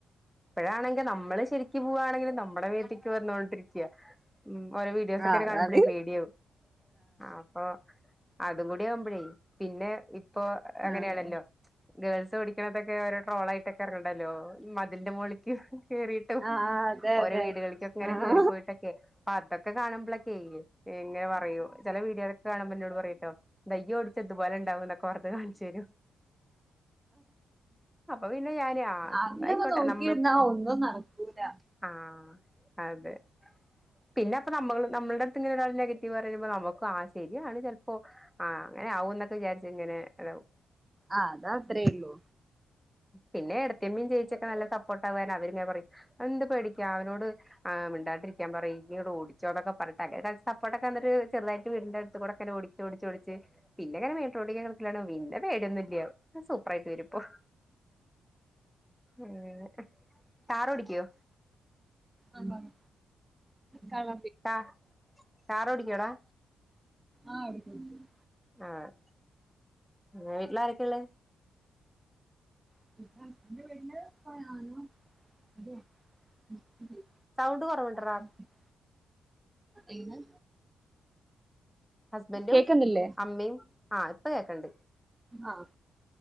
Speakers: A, in the centre; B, on the right (about 20°).
A: ഇപ്പഴാണെങ്കി നമ്മള് ശെരിക്ക് പൂവാണെങ്കില് നമ്മടെ മേത്ത് ക്കൂവർന്നോണ്ടിരിക്കാ ഓരോ വീഡിയോസൊക്കരെ
B: ആഹ് അതാണ്
A: കാണുംമ്പഴേ പേടിയാവും ആഹ് ഓ അതും കുടി ആവുംമ്പഴേ പിന്നെ ഇപ്പൊ അങ്ങനാണല്ലോ
B: ആഹ്
A: ഗേൾസ് പഠിക്കണത്തൊക്കെ ഓരോ ട്രോളായി ട്ടിക്കറുണ്ടല്ലോ മതിൽന്റെ മോളിക്ക് കേറീട്ടും
B: ആഹ് ആഹ് അതെ
A: ഓരോ
B: അതെ
A: വീടുകളീക്കൊക്കെ ഇങ്ങനെ
B: ആഹ്
A: കേറിപ്പോയിട്ടൊക്കെ പാട്ടൊക്കെ കാണുംമ്പളൊക്കെ ഇങ്ങനെ പറയും ചെല വീഡിയോളൊക്കെ കാണുമ്പെന്നോട് പറയൂട്ടോ ദേ ഇയ്യോടിച്ചാ ഇതുപോലിണ്ടാവുന്നൊക്കെ വെർതെ കാണിച്ചെരും അപ്പൊ പിന്നെ ഞാന് ആ
B: അങ്ങനൊക്കെ
A: എന്നായിക്കോട്ടെ
B: നോക്കിയിരുന്നാ
A: നമ്മൾക്ക്
B: ഒന്നും നടക്കൂല
A: ആഹ് അതെ പിന്നെപ്പ നമ്മള് നമ്മള്ടെട്ത്ത്ങ്ങനൊരാൾ നെഗറ്റീവ് പറയുമ്പോ നമുക്ക് ആഹ് ശരിയാണ് ചെൽ പ്പോ ആഹ് അങ്ങനെ ആകൂന്നൊക്കെ വിചാരിച്ച് ങ്ങനെതാവും.
B: ആഹ്, അത് അത്രേള്ളൂ.
A: പിന്നെ എടത്ത്യമ്മീം ചേച്ചിയൊക്കെ നല്ല സപ്പോർട്ടാവാനവര്ങ്ങനെ പറിം എന്ത് പേടിക്കാ അവനോട് ആഹ് മിണ്ടാണ്ടിരി ക്കാൻ പറി ഈ യ്ണ്ടോടിച്ചോന്നൊക്കെ പറഞ്ഞിട്ട് അങ്ങനെ സപ്പോട്ടൊക്കെ തന്ന്ട്ട് ഒരു ചെറ്തായിട്ട് വീടിന്റെ ത്കൂടെക്കെന്നെ ഓടിച്ചോടിച്ചോടിച്ച് പിന്നെങ്ങനെ മെയിൻ റോട്ടീക്കൊക്കെ <unintelligible> പിന്നെ പേടിയൊന്നുല്ല്യ. സൂപ്പറായിട്ട് വെരും. ഓഹ്, അങ്ങനെ കാറോടിയ്ക്കോ?
B: ആപറി കള
A: കാ കാറോടിയ്ക്കോടാ?
B: ആഹ് ഓടിക്ക്യോടിയ്ക്കും.
A: ആഹ്, വീട്ട്ലാരൊക്കെള്ളേ?
B: <unintelligible> ഹസ്ബൻ്റ്ൻ്റെ വീട്ല് പ ഞാനും അതെ <unintelligible>
A: സൗണ്ട് കൊറവുണ്ട്ട്രാ
B: <unintelligible> ങ്ങ്
A: ഹസ്ബൻറും
B: കേക്കുന്നില്ലേ
A: അമ്മിം ആഹ് ഇപ്പ കേക്ക്ണ്ട്.
B: ആഹ്,